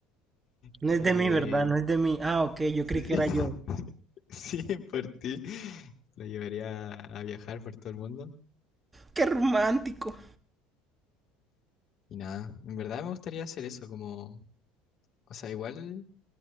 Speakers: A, on the right (about 20°); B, on the left (about 45°).
A: No
B: De,
A: es de
B: de-
A: mí, ¿verdad? No es de mí. Ah, ok, yo
B: sí.
A: creí que
B: <laughs>
A: era yo.
B: <laughs> Sí, por ti. Lo llevaría a viajar por todo el mundo.
A: ¡Qué romántico!
B: Y nada, en verdad me gustaría hacer eso, como, o sea, igual